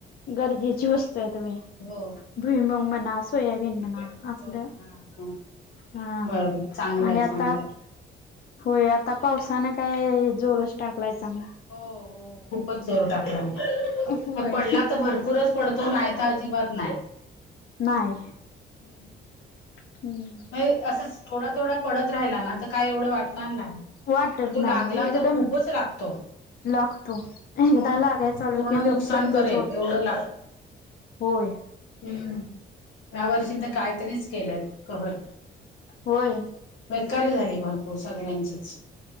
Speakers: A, on the left; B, on the left.
A: गरजेची वस्तू आहे त वे.
B: हो
A: भुईमुंग म्हणा सोयाबीन म्हणा.
B: हो
A: असले
B: हा हा.
A: हा
B: बरोबर चांगलं
A: आणि
B: आहे चांगलं
A: आता.
B: आहे.
A: होय आता पावसाने काय जोरस टाकलाय चांगला.
B: हो हो खूपच जोर टाकला
A: होय.
B: म पडला तर भरपूरच पडतो नाही त अजिबात नाही.
A: नाही!
B: <inaudible>
A: हूं!
B: हे असंच थोडा थोडा पडत राहिला ना त काय एवढं वाटणार नाही.
A: वाटत
B: पण तो लागला
A: नाही होय एकदम
B: तर खूपच लागतो
A: लागतो एकदा
B: मग
A: लागाय चालू
B: पूर्ण
A: कि
B: नुकसान
A: त्यो बंदच
B: करेल
A: होत
B: एवढं लागत.
A: होय!
B: हम्म या वर्षी
A: हम्म.
B: तं काहीतरीच केलंय कहंर.
A: होय!
B: बेक्कारी झाली भरपूर सगळ्यांचीच.